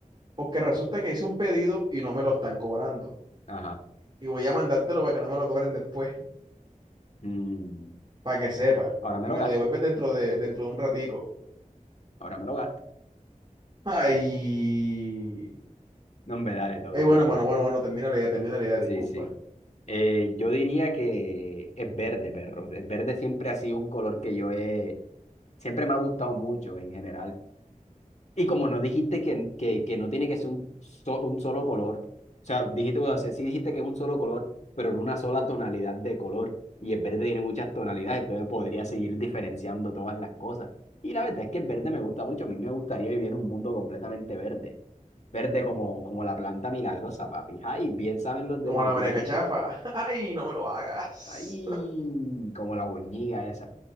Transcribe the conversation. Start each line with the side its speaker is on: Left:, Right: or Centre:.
Right: Porque resulta que hice un pedido y no me lo están cobrando.
Left: Ajá.
Right: Y voy a mandártelo para que no me lo cobren después,
Left: Mm,
Right: para que sepa.
Left: ahora me
Right: Y
Left: lo
Right: me
Left: gasto,
Right: lo devuelves dentro de, dentro de un ratico.
Left: ahora me lo gasto.
Right: Ay.
Left: No, hombre, dale, todo
Right: Ay,
Left: bien,
Right: bueno,
Left: todo
Right: hermano,
Left: bien.
Right: bueno, bueno, termina la idea, termina la idea, disculpa.
Left: Sí, sí. Eh, yo diría que es verde, perro. El verde siempre ha sido un color que yo he... Siempre me ha gustado mucho en general. Y como no dijiste que, que, que no tiene que ser un, so- un solo color, o sea, dijiste, o sea sí dijiste que es un solo color, pero en una sola tonalidad de color. Y el verde tiene muchas tonalidades, entonces podría seguir diferenciando todas las cosas. Y la verdad es que el verde me gusta mucho. A mí me gustaría vivir en un mundo completamente verde. Verde como, como la planta milagrosa, papi. Ay, bien saben los
Right: Como
Left: de Babilón.
Right: la María Cachafa. <laughs> Ay, no me lo hagas.
Left: Ay, como la boñiga esa.